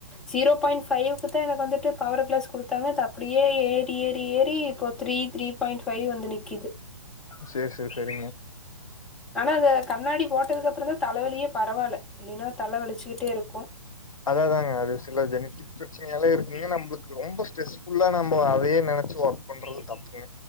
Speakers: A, in the centre; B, on the left.
A: ஜீரோ பாயிண்ட் ஃபைவுக்கு தா எனக்கு வந்து ட்டு பவர் கிளாஸ் குடுத்தாங்க தப்படியே ஏறி ஏறி ஏறி இப்போ த்ரீ த்ரீப் பாயிண்ட் ஃபைவ் வந்து நிக்கிது
B: சேர் சேர் செரிங்க
A: ஆனா அந்த கண்ணாடி போட்டதுக்கு அப்புறோ தா தலைவலியே பரவால்ல இல்லன்னா தல வலிச்சக்கிட்டேருக்கு
B: அத அதாங்க அது சில ஜெனிடிக் பிரச்சனையால இருக்குங்க நம்பளுக்கு ரொம்ப ஸ்ட்ரெஸ் ஃபுல்லா நம்போ அதயே நெனைச்சு ஒர்க் பண்றது தப்புங்க